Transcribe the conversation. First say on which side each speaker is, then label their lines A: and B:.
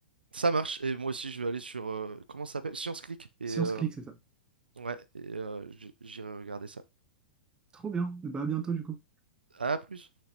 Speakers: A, on the right (about 80°); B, on the right (about 15°).
A: ça marche. Et moi aussi, je vais aller sur, euh, comment ça s'appelle? Science Click. Et
B: science
A: euh,
B: on c'est ça.
A: ouais, et, euh, j- j'irai regarder ça.
B: Trop bien. Bah, à bientôt, du coup.
A: À plus.